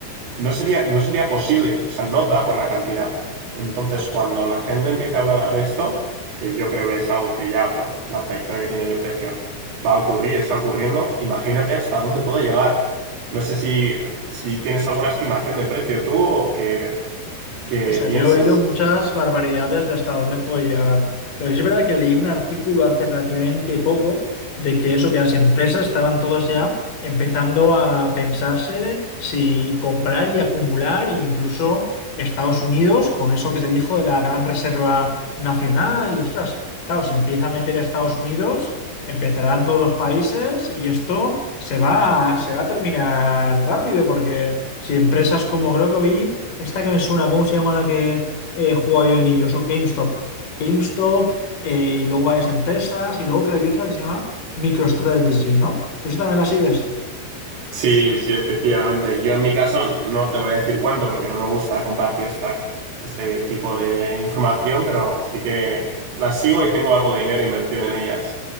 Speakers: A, on the right; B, on the left.
A: no sería, no sería posible. O sea, no da por la cantidad. Entonces, cuando la gente empiece a hablar de esto, que yo creo que es algo que ya por la trayectoria que tiene el precio va a ocurrir, está ocurriendo, imagínate hasta dónde puede llegar. No sé si, si tienes alguna estimación de precio tú o que, que
B: O sea,
A: pienses.
B: yo he oído muchas barbaridades de hasta dónde puede llegar, pero sí es verdad que leí un artículo hace relativamente poco de que eso, que las empresas estaban todas ya empezando a pensarse si comprar y acumular, e incluso Estados Unidos, con eso que se dijo de la Gran Reserva Nacional, y ostras, claro, si empieza a meter a Estados Unidos, empezarán todos los países y esto se va, a- se va a terminar rápido, porque si empresas como creo que oí esta que me suena, ¿cómo se llama la que eh, jugaba yo de niño? Son GameStop. GameStop eh, y luego varias empresas y luego creo que hay otra que se llama MicroStrategy, ¿no? ¿Tú esa también la sigues?
A: Sí, sí, efectivamente. Yo en mi caso no te voy a decir cuándo porque no me gusta compartir esta, este tipo de información, pero sí que las sigo y tengo algo de dinero invertido en ellas.